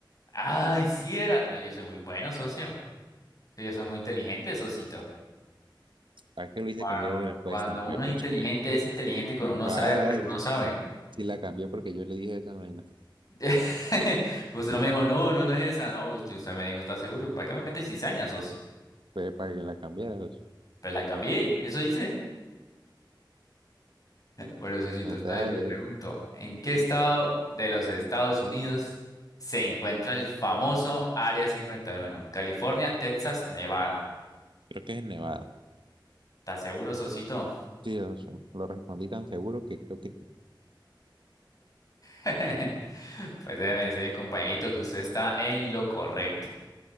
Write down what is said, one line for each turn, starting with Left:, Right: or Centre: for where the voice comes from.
Left: Ay, si era. No, yo soy muy bueno, socio. Sí, Yo soy muy inteligente, socito.
Right: ¿Para qué lo hice
Left: Cuando,
Right: cambiar de respuesta?
Left: cuando
Right: Pues,
Left: uno es inteligente, es inteligente. Cuando uno
Right: ¿Cuál?
Left: sabe, pues uno sabe.
Right: Si la cambió porque yo le dije esa vaina.
Left: <laughs> Pues usted
Right: Mm.
Left: no me dijo, no, no, no es esa. No, usted usted me dijo, ¿estás seguro? ¿Para qué me metes cizaña, socio?
Right: Fue para que la cambiara. pues.
Left: Pues la cambié, eso dice. Pero Sosito,
Right: Entonces
Left: entonces
Right: hágale
Left: te pregunto,
Right: eso.
Left: ¿en qué estado de los Estados Unidos se encuentra el famoso Área 51? California, Texas, Nevada.
Right: Creo que es en Nevada.
Left: ¿Estás seguro, Sosito?
Right: Sí, socio. Lo respondí tan seguro que creo que
Left: <laughs> Pues déjeme decirle, compañerito, que usted está en lo correcto.